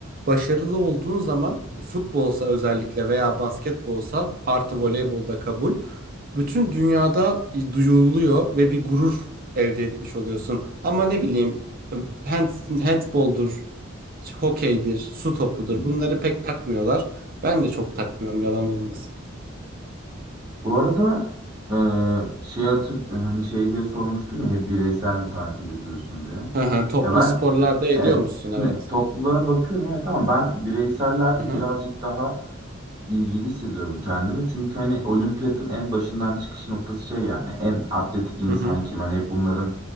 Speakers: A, on the right (about 45°); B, on the right (about 20°).
A: başarılı olduğun zaman futbolsa özellikle veya basketbolsa artı voleybolda kabul. Bütün dünyada duyuluyor ve bir gurur elde etmiş oluyorsun. Ama ne bileyim e, hand, handboldur, hokeydir, su topudur
B: hı.
A: bunları pek takmıyorlar. Ben de çok takmıyorum yalan olmasın.
B: Bu arada e, şey hatır hani şey diye sormuştun ya hep bireysel mi takip ediyorsun diye.
A: Hı hı, toplu
B: Ya ben
A: sporlarda ediyor
B: evet
A: musun?
B: şimdi
A: Evet.
B: toplulara bakıyorum evet ama ben bireysellerde
A: Hı hı.
B: birazcık daha ilgili hissediyorum kendimi. Çünkü hani olimpiyatın en başından çıkış noktası şey yani en atletik insan
A: Hı hı.
B: kim hani hep bunların